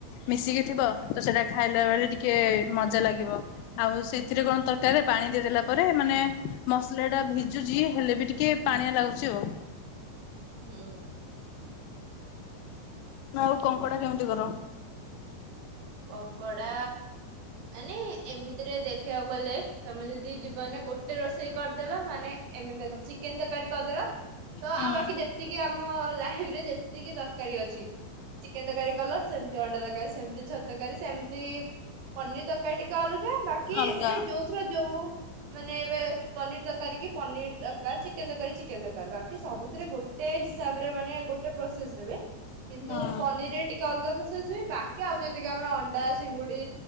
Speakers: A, on the left (about 85°); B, on the right (about 85°).
A: ମିଶିକି ଥିବ ତ ସେଟା ଖାଇଲା ବେଳେ ଟିକେ ମଜା ଲାଗିବ ଆଉ ସେଇଥିରେ କଣ ତରକାରୀ ରା ଦେଇଦେଲା ପରେ ମାନେ ମସଲା ଟା ଭିଜୁଛି ହେଲେ ବି ଟିକେ ପାଣିଆ ଲାଗୁଛି ଆଉ
B: ହୁଁ
A: ଆଉ କଙ୍କଡା କେମିତି କର?
B: କଙ୍କଡା ମାନେ ଏମିତିରେ ଦେଖିବାକୁ ଗଲେ ତମେ ଯଦି ଜୀବନରେ ଗୋଟେ ରୋଷେଇ କରିଦେଲ ମାନେ ଏମିତି ଚିକେନ ତରକାରୀ କରିଦେଲ ତ
A: ହୁଁ
B: ଆଉ ବାକି ଯେତିକି ଆମ ଲାଇଫରେ ଯେତିକି ତରକାରୀ ଅଛି ଚିକେନ ତରକାରୀ କଲ ସେମିତି ଅଣ୍ଡା ତରକାରୀ ସେମିତି ଛ- ସେମତି ପନିର ତରକାରୀ ଟିକେ ଅଲଗା ବାକି
A: ଅଲଗା
B: ମାନେ ଯୋଉ ଯୋଉ ମାନେ ଏବେ ପନିର ତରକାରୀ କି ପନିର ଦରକାର ଚିକେନ ତରକାରୀ ଚିକେନ ଦରକାର ବାସ ସବୁଥିରେ ଗୋଟେ ହିସାବରେ ମାନେ ଗୋଟେ ପ୍ରୋସେସ ରେ ବି କିନ୍ତୁ
A: ହୁଁ
B: ପନିର ରେ ଟିକେ ଅଲଗା ପ୍ରୋସେସ ହୁଏ ବାକି ଆଉ ଯେତି ଯେତିକି ଆମର ଅଣ୍ଡା ଚିଙ୍ଗୁଡି